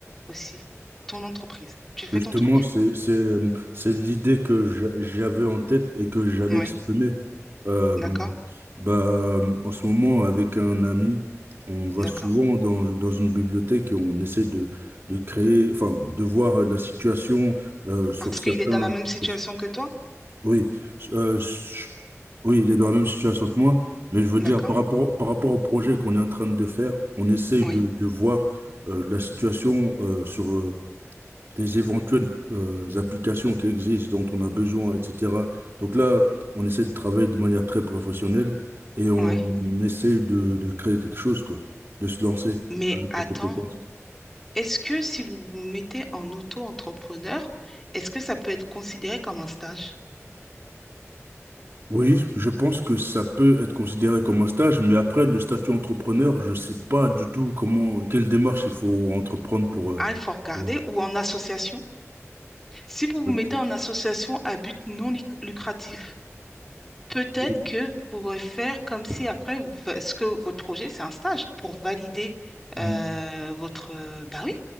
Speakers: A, in the centre; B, on the right.
A: aussi ton entreprise, tu fais
B: Justement,
A: ton truc.
B: c'est, c'est, euh, c'est l'idée que j'a- j'avais en tête et que j'allais
A: Oui.
B: exprimer. Euh,
A: D'accord,
B: bah, en ce moment, avec un ami, on va
A: d'accord.
B: souvent dans, dans une bibliothèque et on essaie de, de créer, enfin, de voir la situation euh, sur
A: Parce
B: certains.
A: qu'il est dans la même situation
B: sur-
A: que toi?
B: oui, euh, je- oui, il est dans la même situation que moi, mais je veux
A: D'accord,
B: dire, par rapport, par rapport au projet qu'on est en train de faire, on essaye
A: oui,
B: de, de voir euh, la situation euh, sur, des éventuelles euh, applications qui existent, dont on a besoin, etc. Donc là, on essaie de travailler de manière très professionnelle et on,
A: oui.
B: on essaie de, de créer quelque chose, quoi, de se lancer
A: Mais
B: avec
A: attends,
B: nos compétences.
A: est-ce que si vous vous mettez en auto-entrepreneur, est-ce que ça peut être considéré comme un stage?
B: Oui, je pense que ça peut être considéré comme un stage, mais après, le statut entrepreneur, je sais pas du tout comment, quelle démarche il faut entreprendre pour... euh,
A: Ah, il faut regarder,
B: ouais,
A: ou en association. Si vous vous
B: peut-être.
A: mettez en association à but non luc- lucratif, peut-être
B: Oui.
A: que vous pourrez faire comme si après, vous fa- ce que votre projet, c'est un stage pour valider
B: Mm.
A: euh, votre, euh, bah oui,